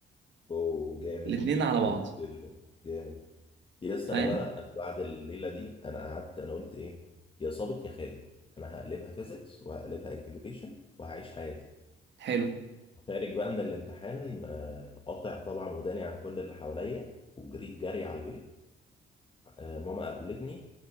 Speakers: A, on the left; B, on the right.
A: اوه جامد
B: الاتنين على بعض
A: جامد جدا جامد يا اسطى
B: فاهم
A: انا بقى انا بعد الليله دي انا قعدت انا قلت ايه يا صابت يا خابت انا هقلبها فيزيكس وهقلبها انتجريشن وهعيش حياتي
B: حلو
A: وخارج بقى من الامتحان آه، قاطع طبعا وداني عن كل اللي حواليا وجريت جري على البيت آه، ماما قابلتني